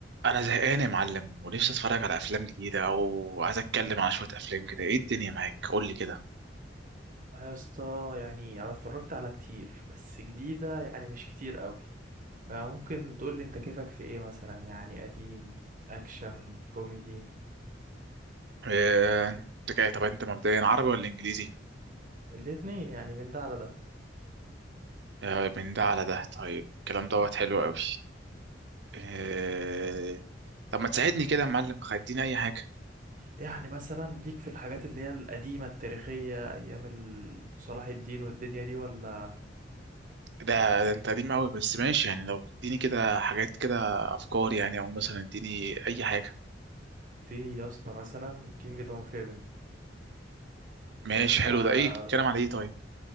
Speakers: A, on the right (about 65°); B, on the right (about 45°).
A: انا زهقان يا معلم ونفسي اتفرج على افلام جديده او عايز اتكلم على شويه افلام كده ايه الدنيا معاك قول لي كده
B: يا اسطى يعني انا اتفرجت على كتير بس جديدة يعني مش كتير قوي ما ممكن تقول لي انت كيفك في ايه مثلا يعني قديم اكشن كوميدي
A: إيه، انت جاي طب انت مبدئيا عربي ولا انجليزي
B: الاتنين يعني من ده على ده
A: آه، من ده على ده طيب الكلام دوت حلو قوي إيه... طب ما تساعدني كده يا معلم خديني اي حاجه
B: يعني مثلا ليك في الحاجات اللي هي القديمة التاريخية ايام ال- صلاح الدين والدنيا دي ولا
A: ده, ده انت قديم قوي بس ماشي يعني لو اديني كده حاجات كده افكار يعني او مثلا اديني اي حاجه
B: في يا اسطى مثلا كينجدوم اوف هيفن
A: ماشي
B: ده
A: حلو ده ايه بتتكلم على ايه طيب